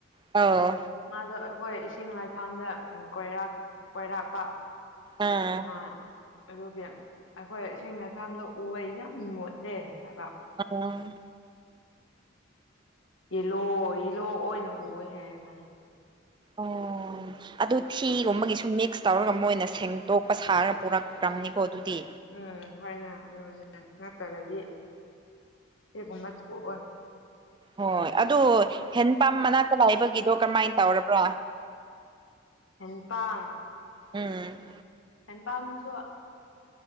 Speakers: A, on the right; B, on the left.
A: ꯑꯧ
B: ꯃꯥꯗꯣ ꯑꯩꯈꯣꯏ ꯏꯁꯤꯡ ꯂꯥꯏꯐꯝꯥꯝꯗ ꯀꯣꯏꯔꯥꯛ ꯀꯣꯏꯔꯥꯛꯄ
A: ꯑꯥ
B: ꯍꯥꯥ ꯑꯗꯨꯒꯤ ꯑꯩꯈꯣꯏ ꯏꯁꯤꯡ ꯂꯩꯥꯏꯄꯥꯗꯣ ꯎꯍ ꯌꯥꯝ ꯃꯣꯠꯂꯦ ꯍꯥꯏꯕ
A: ꯑ
B: ꯌꯦꯂꯣ ꯌꯦꯂꯣ ꯑꯣꯏꯅ ꯎꯌꯦ ꯍꯥꯏꯌꯦ ꯃꯥꯗꯣ
A: ꯑꯣ ꯑꯗꯨ ꯊꯤꯒꯨꯝꯕꯒꯤꯁꯨ ꯃꯤꯛꯁ ꯇꯧꯔꯒ ꯃꯣꯏꯅ ꯁꯦꯡꯇꯣꯛꯄ ꯁꯥꯔꯒ ꯄꯨꯔꯛꯈ꯭ꯔꯕꯅꯤꯀꯣ ꯑꯗꯨꯗꯤ
B: ꯎꯝ ꯍꯣꯏꯅꯅꯦ ꯅꯠꯇ꯭ꯔꯗꯤ ꯀꯦꯒꯨꯝꯕ ꯊꯣꯛꯑꯣꯏ
A: ꯍꯣꯏ ꯑꯗꯨ ꯍꯦꯟ ꯄꯝ ꯃꯅꯥꯛꯇ ꯂꯥꯏꯕꯒꯤꯗꯣ ꯀꯔꯝꯍꯥꯏꯅ ꯇꯧꯔꯕ꯭ꯔꯥ
B: ꯍꯦꯟ ꯄꯥꯟ
A: ꯎꯝ
B: ꯑꯦ ꯄꯝꯁꯨ